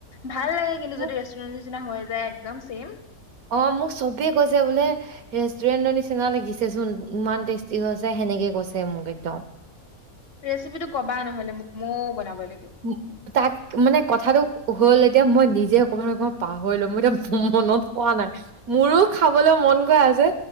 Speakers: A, on the left; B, on the right.
A: ভাল লাগে কিন্তু
B: মোক
A: যদি ৰেষ্টুৰেন্ট নিচিনা হৈ। একদম চেম।
B: অ মোক চবেই কৈছে বোলে ৰেষ্টুৰেণ্টৰ নিচিনা লাগিছেচোন ইমান টেষ্টি হৈছে সেনেকে কৈছে মোক একদম।
A: ৰেচিপি টো ক'বা নহ'লে মোক। মইয়ো বনাব লাগ
B: উ তাক মানে কথটোো হ'ল এতিয়া মই নিজ নি অকমান অকমান পাহৰিলো মোৰ এতিয়া মনত পোৱা নাই মোৰো খাবলৈ মন গৈ আছে